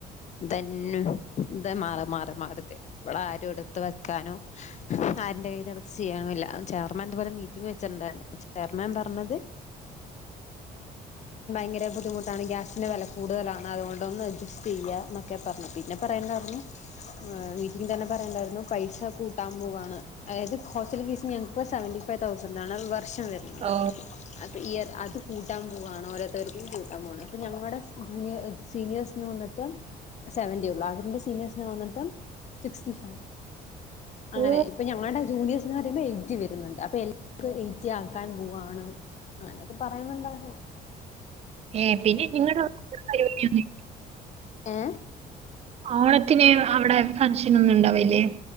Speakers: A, on the left; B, on the right.
A: ഇതന്നെ ഇതാ ന്താ മാറി മാറി മാറിതെ <unintelligible> ഇവളെ ആരും എടുത്ത് വെക്കാനോ ആർന്റെ കയ്യിന്നിടുത്ത് ചെയ്യനമില്ല <unintelligible> ചെയർമാൻ ഇതുവരെ മീറ്റിംഗ് വെച്ചിട്ടുണ്ടായിരുന്നു ചെയർമാൻ പറഞ്ഞത് ഭയര ബുദ്ധിമുട്ടാണ് ഗ്യാസിന്റെ വില ഭയങ്കര ബുദ്ധിമുട്ടാണ് ഗ്യാസിന് വെല കൂടുതലാണ് അതുകൊണ്ടൊന്ന് അഡ്ജസ്റ്റ് ചെയ്യ എന്നൊക്കെ പറഞ്ഞു പിന്നെ പറയന്ന് ഇണ്ടായിരുന്നു ആ മീറ്റിംഗിന്റെ അന്ന് പറയ്ണ്ടായിരുന്നു പൈസ കൂട്ടാൻ പോവാണ് അതായത് ഹോസ്റ്റൽ ഫീസി ഞങ്ങിപ്പോൾ സെവന്റി ഫൈവ് തൗസന്റ് ആണ് ഒരു വർഷം വരുന്നത്
B: ആ
A: അപ്പ ഈ അത് അത് കൂട്ടാൻ പോവണോ ഒരോ ത ടെറബി കൂട്ടാൻ പോവാണ് അപ്പൊ ഞങ്ങടെ ജൂനിയ സീനിയേഴസ് എന്ന് വന്നിട്ട് സെവന്റി ഉള്ളു അവന്റെ സീനിയേഴ്സിന് വന്നിട്ട് സിക്സ്റ്റി ഫൈവ് അങ്ങനെ
B: ഓ
A: ഇപ്പൊ ഞങ്ങളുടെ ജൂനിയർ സ് ന്ന് പറയുമ്പോ എയ്റ്റ വരുന്നുണ്ട് അപ്പൊ എല്ലാവർക്കും എയ്ി ആക്കാൻ പോവയാണ് അങ്ങനെയൊക്കെ പറയുന്നണ്ടായിരുന്നു
B: ഏ പിന്നെ നിങ്ങളുടെ പരിപി
A: ഏ
B: ഓണത്തിന് അവിടെ ഫൺഷൻ ഒന്നുംണ്ടാവല്ലേ